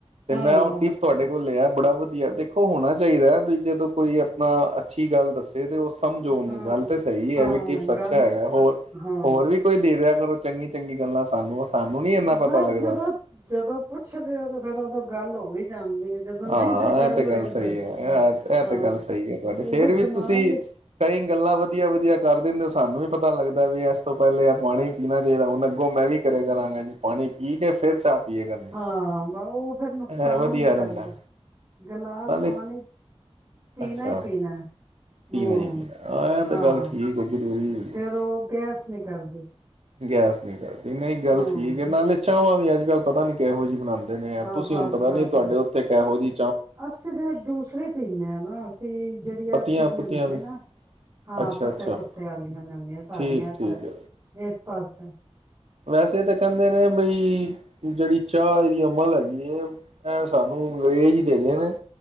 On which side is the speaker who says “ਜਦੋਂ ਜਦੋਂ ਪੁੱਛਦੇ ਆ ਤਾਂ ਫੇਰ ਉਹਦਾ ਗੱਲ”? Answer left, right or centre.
Right